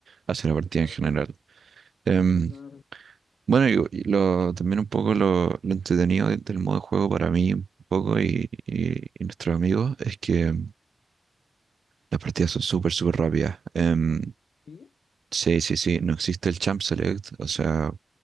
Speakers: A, on the right (about 65°); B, on the left (about 75°).
A: hacia la partida
B: claro,
A: en general. Em,
B: claro.
A: bueno, y, y lo, también un poco lo, lo entretenido de- del modo de juego para mí, un poco y, y- y nuestros amigos, es que las partidas son súper, súper rápidas. Em,
B: ¿Sí?
A: sí, sí, sí, no existe el champ select. O sea,